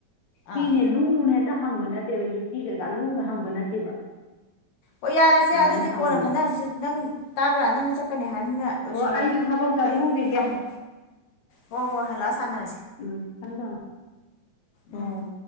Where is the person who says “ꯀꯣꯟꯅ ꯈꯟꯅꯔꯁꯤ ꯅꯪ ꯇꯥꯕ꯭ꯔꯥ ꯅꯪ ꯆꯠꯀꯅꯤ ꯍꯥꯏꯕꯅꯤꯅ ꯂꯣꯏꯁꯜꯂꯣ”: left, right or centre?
Left